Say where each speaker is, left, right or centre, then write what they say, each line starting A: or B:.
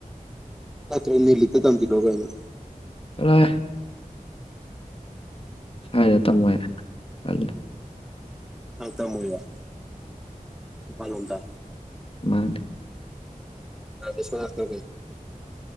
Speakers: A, in the centre; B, on the left (about 40°).
A: ꯂꯅꯤ ꯂꯤꯇ ꯊꯝ ꯊ ꯂꯣꯒꯅ
B: ꯇꯔꯦ ꯍꯥꯏ ꯇꯥꯏ ꯆ
A: ꯑ ꯇꯃꯂ ꯐꯜꯗ
B: ꯟ <unintelligible> <inaudible>
A: ꯔꯁ ꯆ